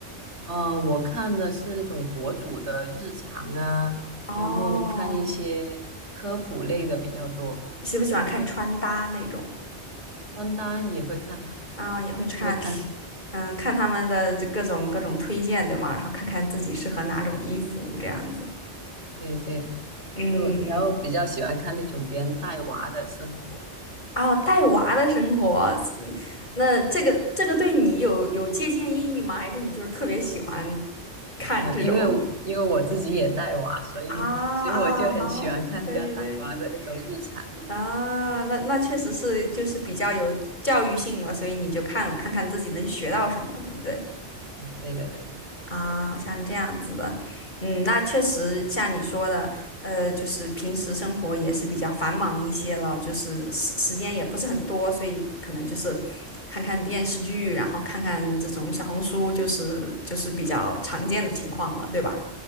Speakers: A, on the right; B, on the left.
A: 呃我看的是那种博主的日常啊，
B: 哦，
A: 然后看一些科普类的比较多，
B: 喜不喜欢看穿搭那种？
A: 穿搭也会看啊，
B: 啊，也会看，
A: 也会看。
B: 嗯，看他们的这各种各种推荐，对吗？然后看看自己适合哪种衣服这样子。
A: 对对。
B: 嗯，
A: 就然后比较喜欢看那种别人带娃的生活的，
B: 哦，带娃的生活，嗯那这个这个对你有有借鉴意义吗？还是你就是特别喜欢看这种？
A: 呃，因为我因为我自己也带娃，所以所以我就很喜欢看人家带娃的那种日常。
B: 啊啊啊！对对对啊，那那确实是就是比较有教育性了，所以你就看了看看自己能学到什么，对不对？
A: 对的，对的，
B: 啊，像这样子的，嗯，那确实像你说的，呃，就是平时生活也是比较繁忙一些了，就是时时间也不是很多，所以可能就是看看电视剧，然后看看这种小红书，就是就是比较常见的情况了，对吧？